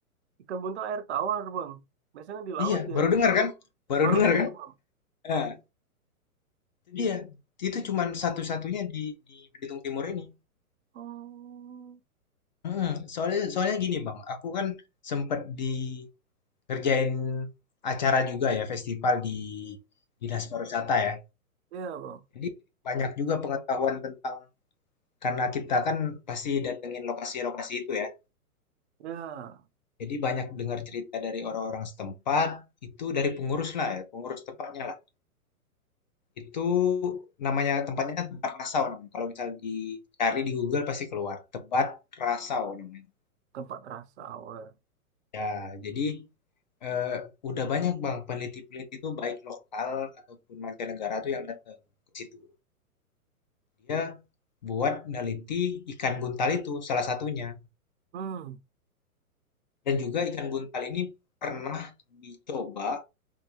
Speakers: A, on the right (about 50°); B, on the left (about 35°).
A: ikan buntal air tawar, bang. Biasanya di laut
B: Iya,
A: ya.
B: baru dengar kan? Baru
A: Baru
B: dengar
A: dengar,
B: kan?
A: bang.
B: Nah, Iya, itu cuman satu-satunya di di Belitung Timur ini.
A: Oh,
B: Mm, soalnya soalnya gini Bang, aku kan sempet di ngerjain acara juga ya, festival di Dinas Pariwisata ya.
A: iya, bang.
B: Jadi banyak juga pengetahuan tentang karena kita kan pasti datengin lokasi-lokasi itu ya.
A: Ya,
B: Jadi banyak dengar cerita dari orang-orang setempat, itu dari pengurus lah ya, pengurus tempatnya lah. Itu namanya tempatnya kan Tempat Rasau namanya. Kalau misalnya dicari di Google pasti keluar, Tebat Rasau namanya.
A: tempat rasa awal.
B: Ya, jadi eh, udah banyak Bang peneliti-peneliti itu baik lokal ataupun mancanegara tuh yang datang ke situ. Dia buat neliti ikan buntal itu salah satunya.
A: Hmm.
B: Dan juga ikan buntal ini pernah dicoba